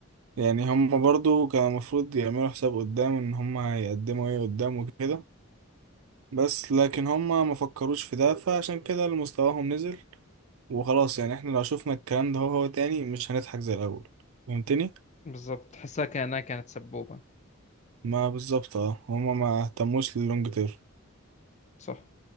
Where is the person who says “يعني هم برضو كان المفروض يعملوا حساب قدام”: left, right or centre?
Right